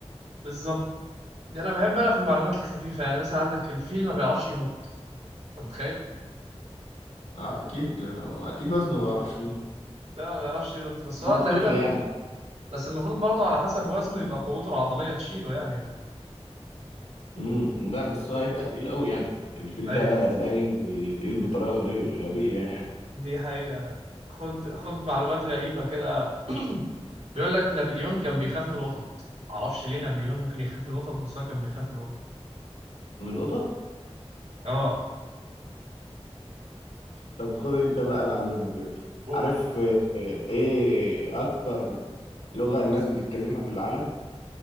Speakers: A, on the right; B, on the left.
A: بالظبط دي انا بحب انا في المعلومات الخفيفه يعني مثلا عندك الفيل ما بيعرفش ينط انت متخيل
B: اه اكيد اكيد وزنه ما بيعرفش يقول.
A: لا ما بيعرفش ينط بس
B: منطقي
A: هو تقريبا
B: يعني
A: بس المفروض برضه على حسب وزنه يبقى قوته العضلية تشيله يعني
B: امم لا بس هو هيبقى تقيل قوي يعني الفيل
A: ايوه
B: ده هتلاقيه تقيل بطريقة غريبة غبية يعني
A: دي حقيقة خد خد معلومات غريبة كده <clears throat> بيقول لك نابليون كان بيخاف من القطط معرفش ليه نابليون ممكن يخاف من القطط بس هو كان بيخاف من القطط
B: من القطط
A: اه
B: طب خد انت بقى معلومة بقى
A: قول
B: عارف آه، ايه اكتر لغة الناس بتتكلمها في العالم